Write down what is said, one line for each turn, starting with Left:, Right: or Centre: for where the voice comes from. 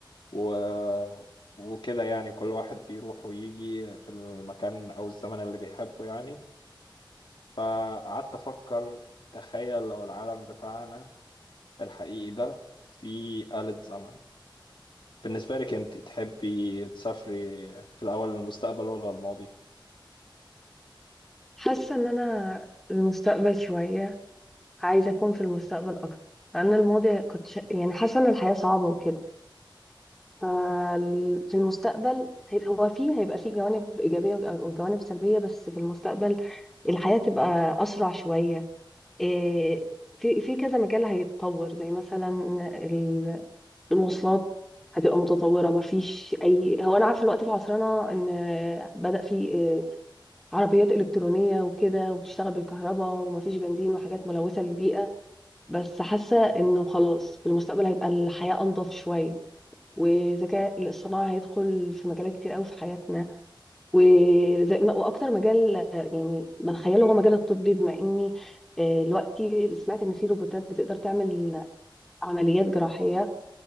Left: و... وكده يعني كل واحد بيروح ويجي في المكان أو الزمن اللي بيحبه يعني فقعدت أفكر تخيل لو العالم بتاعنا الحقيقي ده فيه آلة زمن بالنسبة لك أنت تحبي تسافري في الأول للمستقبل ولا الماضي؟
Centre: حاسة ان انا المستقبل شوية عايزة اكون في المستقبل اكتر لان الماضي كنت شا... يعني حاسة ان الحياة صعبة وكده فال- في المستقبل هيبقى هو فيه هيبقى فيه جوانب ايجابية وج- وجوانب سلبية بس في المستقبل الحياة تبقى اسرع شوية إيه، في في كذا مجال هيتطور زي مثلا ال- المواصلات هتبقى متطورة ما فيش اي هو انا عارفة الوقت في عصرنا ان بدأ في آه، عربيات إلكترونية وكده وبتشتغل بالكهرباء ومفيش بنزين وحاجات ملوثة للبيئة بس حاسة إنه خلاص في المستقبل هيبقى الحياة أنظف شوية والذكاء الاصطناعي هيدخل في مجالات كتير قوي في حياتنا وزي ما واكتر مجال آه، يعني بتخيله هو مجال الطبي بما اني آه، دلوقتي سمعت ان في روبوتات بتقدر تعمل عمليات جراحية